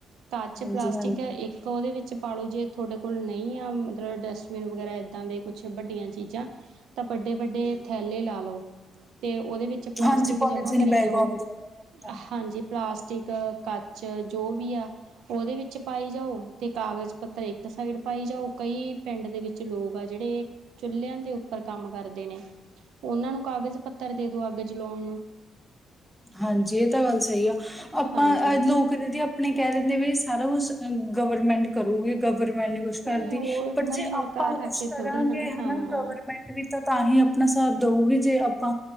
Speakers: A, on the right (about 80°); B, in the centre.
A: ਕੱਚ
B: ਹਾਂਜੀ।
A: ਪਲਾਸਟਿਕ ਏ ਇੱਕ ਤਾਂ ਉਹਦੇ ਵਿੱਚ ਪਾ ਲਓ ਜੇ ਤੁਹਾਡੇ ਕੋਲ ਨਹੀਂ ਆ ਮਤਲਬ ਡਸਟਬਿਨ ਵਗੈਰਾ ਇੱਦਾਂ ਦੇ ਕੁਛ ਵੱਡੀਆਂ ਚੀਜ਼ਾਂ ਤਾਂ ਵੱਡੇ-ਵੱਡੇ ਥੈਲੇ ਲੈ ਲਓ ਤੇ ਉਹਦੇ ਵਿੱਚ ਪਲਾਸਟਿਕ
B: ਹਾਂਜੀ ਪੋਲੀਥੀਨ
A: ਜਮ੍ਹਾਂ ਕਰੀ
B: ਬੈਗ
A: ਜਾਓ।
B: ਆਉਂਦੇ ਨੇ।
A: ਹਾਂਜੀ ਪਲਾਸਟਿਕ, ਕੱਚ ਜੋ ਵੀ ਆ ਉਹਦੇ ਵਿੱਚ ਪਾਈ ਜਾਓ ਤੇ ਕਾਗਜ਼ ਪੱਤਰ ਇੱਕ ਸਾਈਡ ਪਾਈ ਜਾਓ ਕਈ ਪਿੰਡ ਦੇ ਵਿੱਚ ਲੋਕ ਆ ਜਿਹੜੇ ਚੁਲਿਆਂ ਦੇ ਉੱਪਰ ਕੰਮ ਕਰਦੇ ਨੇ, ਉਹਨਾਂ ਨੂੰ ਕਾਗਜ਼ ਪੱਤਰ ਦੇ ਦੋ ਅੱਗ ਜਲਾਉਣ ਨੂੰ।
B: ਹਾਂਜੀ ਇਹ ਤਾਂ ਗੱਲ ਸਹੀ ਆ, ਆਪਾਂ
A: ਹਾਂਜੀ
B: ਲੋਕ ਦੀਦੀ ਆਪਣੇ ਕਹਿ ਦਿੰਦੇ ਵੀ ਸਾਰਾ ਕੁਛ ਗਵਰਮੈਂਟ ਕਰੋਗੀ ਗਵਰਮੈਂਟ ਕੁਛ ਕੁਛ ਕਰਦੀ
A: ਨਹੀਂ ਉਹ ਉਹਨਾਂ
B: ਬਟ ਜੇ
A: ਨੇ ਹੁਣ
B: ਆਪਾਂ
A: ਘਰ
B: ਕੁਛ
A: ਆ ਕੇ
B: ਕਰਾਂਗੇ
A: ਥੋੜ੍ਹੀ
B: ਹਨਾ
A: ਹਾਂ
B: ਗਵਰਮੈਂਟ ਵੀ ਤੇ, ਤਾਂ ਹੀ ਆਪਣਾ ਸਾਥ ਦਊਗੀ ਜੇ ਆਪਾਂ,